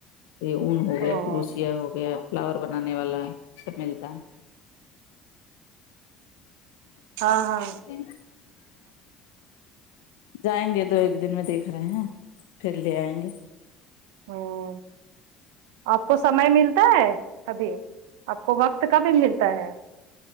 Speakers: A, on the left; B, on the right.
A: یہ اون ہو گیا
B: ہاں
A: کروسیا ہو گیا فلاور بنانے والا سب ملتا
B: ہاں
A: تے <inaudible> جائیں گے دو ایک دن میں دیکھ رہے ہیں پھر لے آئیں گے
B: ہوں آپ کو سمئے ملتا ہے ابھی آپ کو وقت کبھی ملتا ہے